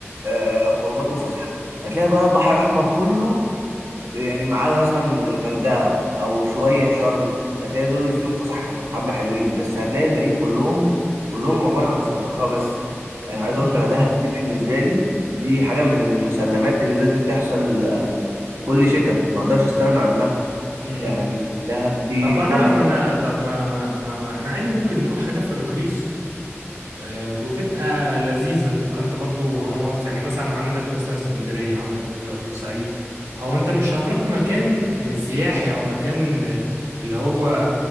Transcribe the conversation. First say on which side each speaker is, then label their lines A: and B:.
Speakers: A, on the right (about 65°); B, on the right (about 85°).
A: آه خروجات وفسحه هتلاقي بقى البحر الاحمر كله يعني ما عدا مثلا الغردقه او شويه شرم هتلاقي دول اللي فيهم فسح حبه حلوين بس هتلاقي الباقيين كلهم كلهم عباره عن استرخاء بس يعني عايز
B: امم
A: اقول لك انا دهب دي بالنسبه لي دي حاجه من المسلمات اللي لازم تحصل آه، كل شتاء ما اقدرش استغنى عنها
B: امم
A: يعني دهب دي
B: طب انا
A: تحفة
B: ما انا طب ما ما ما ما احنا عادي ممكن نروح حاجة في الرخيص آه، وتبقى لذيذة تبقى انت برضو هنقعد يعني مثلا عندك مثلا اسكندرية عندك آه، بورسعيد هو انت مش هتروح مكان آه، سياحي او مكان آه، اللي هو